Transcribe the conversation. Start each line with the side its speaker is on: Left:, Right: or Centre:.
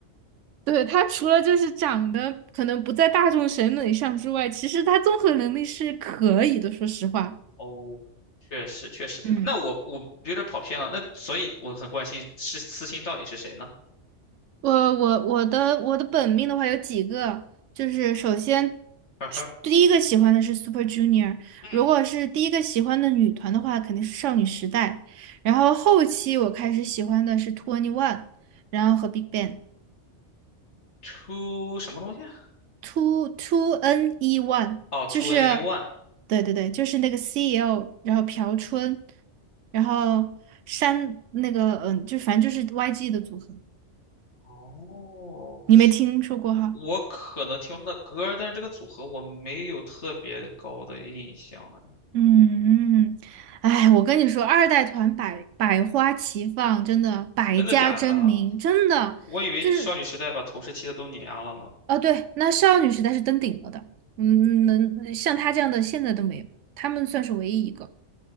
Right: 对，他除了就是长得可能不在大众审美上之外，其实他综合能力是可以的。说实话，
Left: 哦，确实确实，
Right: 嗯，
Left: 那我我有点跑偏了，那所以我很关心是私信到底是谁呢？
Right: 我我我的我的本命的话有几个，就是首先
Left: <laughs>
Right: 第一个喜欢的是 Super Junior，
Left: 嗯
Right: 如果是第一个喜欢的女团的话，肯定是少女时代。然后后期我开始喜欢的是 Twenty One，然后和 Big Bang。
Left: ，Two 什么东西啊？
Right: two two n e one，
Left: 哦，Two
Right: 就是
Left: N E One。
Right: 对对对，就是那个 C L，然后朴春，然后山那个嗯，就反正就是 Y G 的组合，
Left: 哦，
Right: 你没听说过哈？
Left: 我可能听过他的歌，但是这个组合我没有特别高的印象哎，
Right: 嗯，哎，我跟你说，二代团百百花齐放，真的百家争鸣，
Left: 真的假的？
Right: 真的就是
Left: 我以为少女时代把头十七的都碾压了呢。
Right: 哦，对，那少女时代是登顶了的，嗯，能像她这样的现在都没有，她们算是唯一一个